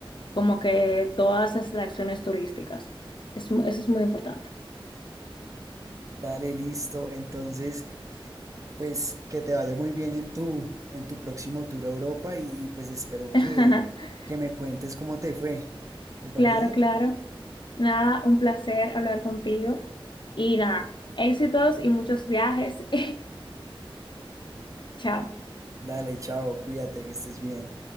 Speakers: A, on the left; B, on the right.
A: como que todas esas acciones turísticas. Es mu- eso es muy importante.
B: Dale, listo. Entonces, pues que te vaya muy bien en tu, en tu próximo tour a Europa y, y, pues espero
A: <laughs>
B: que, que me cuentes cómo te fue. ¿Te parece?
A: Claro, claro. Nada, un placer hablar contigo y nada, éxitos y muchos viajes. <laughs> Chao.
B: Dale, chao, cuídate, que estés bien.